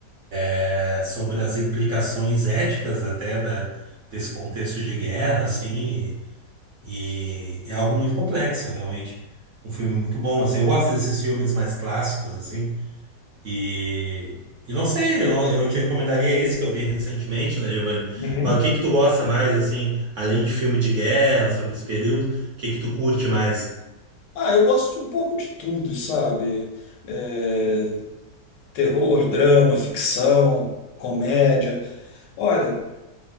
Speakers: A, on the right (about 60°); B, on the left (about 80°).
A: é, sobre as implicações éticas até da, desse contexto de guerra, assim, E é algo muito complexo, realmente. Um filme muito bom, assim. Eu gosto desses filmes mais clássicos, assim. E, e não sei, eu, não- eu te recomendaria esse que eu vi recentemente, né, Giovanni?
B: Uhum.
A: Mas o que que tu gosta mais, assim, além de filme de guerra, sobre esse período, o que que tu curte mais?
B: Ah, eu gosto de um pouco de tudo, sabe? É, terror, drama, ficção, comédia. Olha,